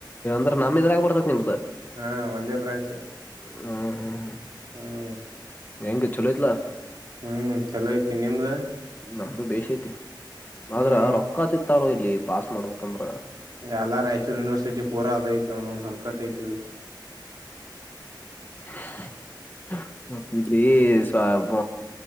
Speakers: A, on the left; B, on the right.
A: ಅ್ರ ನಮ್ಮ ಇದ್ರಾಗ ಬತಕ್ ನಿಮ್ದು
B: ಹಾ ಒಂದೇ ಬ್ರಾಂಚ್ ರಿ
A: ಹ್ಮ್ ಹ್ಮ್
B: ಹ್ಮ್
A: ಹೆಂಗ ಚಲೋತ್ಲ
B: ಹ್ಮ್ ಚಲೋ ಐತಿ ನಿಮ್ದ
A: ನಮ್ದು ಬಸತಿ
B: ಹ್ಮ್
A: ಆದ್ರ ರೊಕ್ಕ ಚಿ ಇಲ್ಲಿ ಪಾಸ್ ಮಾಡ್ಬೇಕಂದ್ರ
B: ಎಲ್ಲ ರಾಯಚೂರು ಯೂನಿವರ್ಸಿಟಿ ಪೂರಾ ಅದಐತ ಅವನ ಹಲ್ಕಟ್ಟ ಐತಿ ಅದು
A: ಹ ಮತ್ ಇಲ್ಲಿ ಸಾಬ